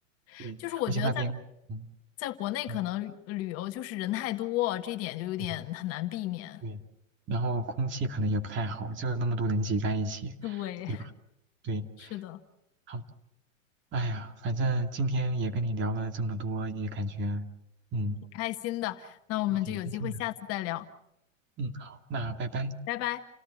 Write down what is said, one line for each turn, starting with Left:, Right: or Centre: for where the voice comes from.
Left: <laughs>
Right: 对，
Left: 就是我觉得在
Right: 而且那边，嗯
Left: 在国内可能旅游就是人太多，
Right: 嗯
Left: 这一点就有点很难避免。
Right: 嗯，对，然后空气可能也不太好，就那么多人挤在一起，
Left: 对，
Right: 对吧？对，
Left: 是的，
Right: 好。哎呀，反正今天也跟你聊了这么多，也感觉嗯
Left: 挺开心的。那我们就有机会下次再聊，
Right: 也挺开心的。嗯，好，那拜拜。
Left: 拜拜。